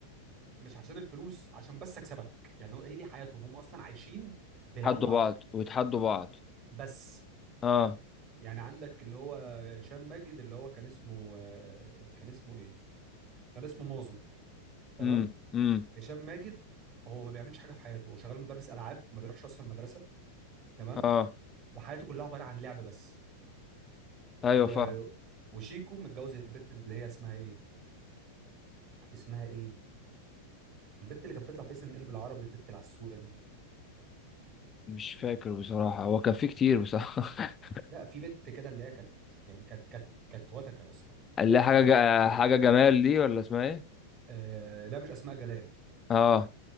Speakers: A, on the right; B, on the left.
A: مش عشان الفلوس عشان بس اكسبك يعني هو- هي دي حياتهم هم اصلا عايشين بيلعبوا
B: يتحدوا
A: مع
B: بعض
A: بعض
B: ويتحدوا بعض
A: بس
B: اه
A: يعني عندك اللي هو هشام ماجد اللي هو كان اسمه آه، كان اسمه ايه كان اسمه مازو تمام
B: امم امم
A: هشام ماجد هو ما بيعملش حاجه في حياته هو شغال مدرس العاب ما بيروحش اصلا المدرسه تمام
B: اه
A: وحياته كلها عباره عن لعب بس
B: ايوه
A: و...
B: فاهم
A: وشيكو متجوز البت اللي هي اسمها ايه اسمها ايه البت اللي كانت بتطلع في سن قلب العربي البت العسوله دي
B: مش فاكر بصراحة هو كان في كتير بصراحة <laughs>
A: لا في بنت كده اللي هي كانت يعني كانت كانت كانت وتكه يا اسطى
B: اللي هي
A: كانت
B: حاجة
A: احلى
B: جا...
A: واحده فيهم
B: حاجة جمال دي ولا اسمها ايه
A: آه لا مش اسماء جلال
B: اه